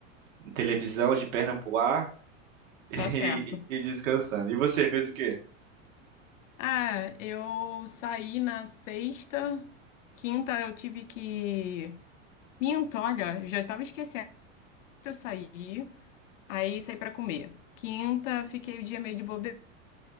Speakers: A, on the right; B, on the left.
A: em televisão, de perna pro ar <laughs>
B: Tá certo.
A: e, e descansando. E você, fez o quê?
B: Ah, eu saí na sexta. Quinta eu tive que. Minto, olha, eu já tava esquecendo. que Eu saí, aí saí para comer. Quinta, fiquei o dia meio de bobeira.